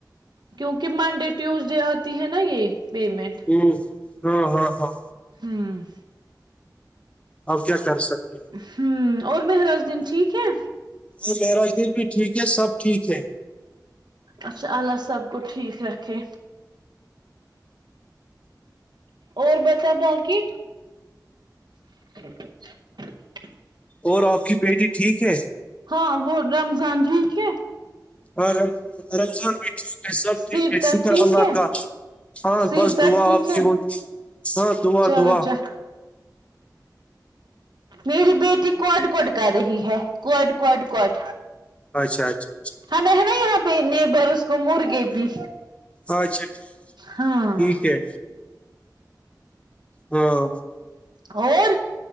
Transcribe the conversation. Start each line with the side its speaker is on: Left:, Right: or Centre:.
Right: کیونکہ منڈے ٹیوزڈے آتی ہے نا یہ پیمنٹ
Left: ہوں ہاں ہاں ہاں
Right: ہوں
Left: اور کیا کر سکتے ہیں۔
Right: ہوں اور مہرز دن ٹھیک ہے
Left: اور میہرز دن بھی ٹھیک ہے سب ٹھیک ہے
Right: اچھا اللہ سب کو ٹھیک رکھے اور بتا بانکی <inaudible>
Left: اور آپ کی بیٹی ٹھیک ہے
Right: ہاں وہ رمضان ٹھیک ہے
Left: ہاں رمض رمضان بھی ٹھیک ہے سب
Right: سیرتا
Left: ٹھیک ہے شکر
Right: ٹھیک
Left: اللہ
Right: ہے
Left: کا ہاں
Right: سیرتا
Left: بس دوا
Right: ٹھیک
Left: آپ کی
Right: ہے
Left: ہوں ہاں دوا
Right: چلو
Left: دوا
Right: چ میری بیٹی کوٹ کوٹ کر رہی ہے کوٹ کوٹ کوٹ
Left: اچھ اچھ اچھا
Right: ہم ہے نا یہاں پہ نیبر اس کو مرغے بھی
Left: ہاں اچھا ٹھیک
Right: ہاں
Left: ٹھیک ہے ہاں
Right: اور